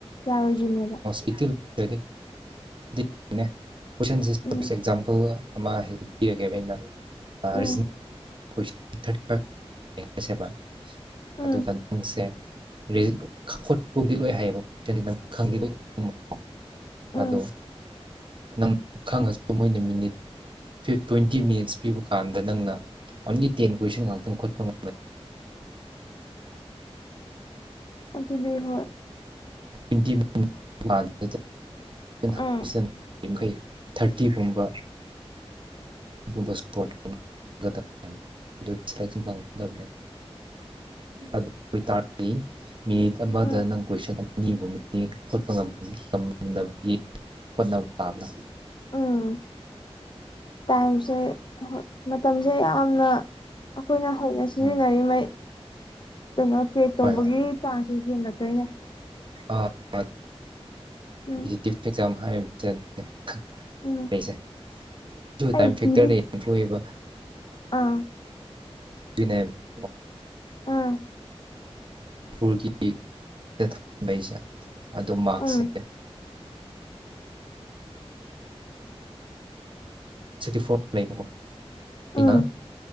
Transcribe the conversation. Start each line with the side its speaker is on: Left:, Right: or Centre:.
Left: ꯌꯥꯔꯣꯏꯗꯣꯏꯅꯦꯕ
Right: <unintelligible> ꯀꯣꯏꯁꯟꯖꯦ
Left: ꯎꯝ
Right: ꯑꯦꯛꯖꯥꯝꯄꯜ ꯑꯃ ꯍꯦꯛꯇ ꯄꯤꯔꯒꯦꯕ ꯑꯩꯅ ꯑ
Left: ꯎꯝ
Right: ꯔꯤꯖꯅꯤꯡ ꯀꯣꯏꯁꯟ ꯊꯥꯔꯇꯤ ꯍꯥꯏꯁꯦꯕ
Left: ꯎꯝ
Right: ꯑꯗꯨꯒ ꯅꯪꯁꯦ <unintelligible> ꯈꯣꯠꯄꯕꯨꯗꯤ ꯂꯣꯏ ꯍꯩꯌꯦꯕ ꯀꯣꯏꯁꯗꯤ ꯅꯪ ꯈꯪꯗꯤ ꯂꯣꯏ ꯈꯪꯕ ꯑꯗꯣ
Left: ꯎꯝ
Right: ꯅꯪ ꯈꯪꯉꯁꯨ ꯃꯣꯏꯅ ꯃꯤꯅꯤꯠꯤ ꯇ꯭ꯋꯦꯟꯇꯤ ꯃꯤꯅꯤꯠꯁ ꯄꯤꯕ ꯀꯥꯟꯗ ꯅꯪꯅ ꯑꯣꯟꯂꯤ ꯇꯦꯟ ꯀꯣꯏꯁꯟ ꯉꯥꯛꯇꯪ ꯈꯠꯄ ꯉꯝꯃꯅꯤ
Left: ꯑꯗꯨꯅꯦ ꯍꯣꯏ
Right: ꯇ꯭ꯋꯦꯟꯇꯤ ꯃꯤꯅꯤꯠ <unintelligible> <unintelligible>
Left: ꯎꯝ
Right: ꯌꯥꯡꯈꯩ ꯊꯥꯔꯇꯤꯒꯨꯝꯕ <unintelligible> <inaudible>
Left: <inaudible>
Right: ꯑꯗꯨ ꯑꯣꯏꯇꯥꯔꯗꯤ ꯃꯤꯅꯤꯠ ꯑꯃꯗ
Left: ꯎꯝ
Right: ꯅꯪ ꯀꯣꯏꯁꯟ ꯑꯅꯤꯒꯨꯝꯕꯗꯤ ꯈꯣꯠꯄ ꯉꯝꯅꯕꯒꯤ ꯍꯣꯠꯅꯕ ꯇꯥꯕꯅꯦ
Left: ꯎꯝ ꯇꯥꯏꯝꯁꯦ ꯍꫭꯏ ꯃꯇꯝꯁꯦ ꯌꯥꯝꯅ ꯑꯩꯈꯣꯏꯅ ꯍꫭꯠꯅ ꯁꯤꯖꯤꯟꯅꯔꯤ
Right: ꯎꯝ
Left: ꯃꯩ ꯀꯩꯅꯣ ꯄꯦꯛ ꯇꯧꯕꯒꯤ
Right: ꯍꯣꯏ
Left: ꯆꯥꯡꯁꯤ ꯍꯦꯟꯒꯛꯇꯣꯏꯅꯦ
Right: ꯍꯣꯏ
Left: ꯎꯝ
Right: <unintelligible> ꯑꯦꯛꯖꯥꯝ ꯍꯥꯏꯕꯖꯦ ꯑꯗꯨꯅꯦ <unintelligible>
Left: ꯎꯝ
Right: ꯁꯦ ꯇꯨ
Left: ꯑꯩ
Right: ꯇꯥꯏꯝ ꯐꯦꯛꯇꯔꯗ
Left: ꯀꯤꯗꯤ
Right: ꯌꯦꯟꯊ꯭ꯔꯣꯛꯏꯕ
Left: ꯑꯥ
Right: <unintelligible>
Left: ꯑꯥ
Right: ꯄꯨꯔꯒꯤꯗ ꯊꯝꯃꯥꯛꯏꯁꯦ ꯑꯗꯨ ꯃꯥꯛꯁꯦ
Left: ꯎꯝ
Right: <unintelligible> ꯑꯩꯅ
Left: ꯎꯝ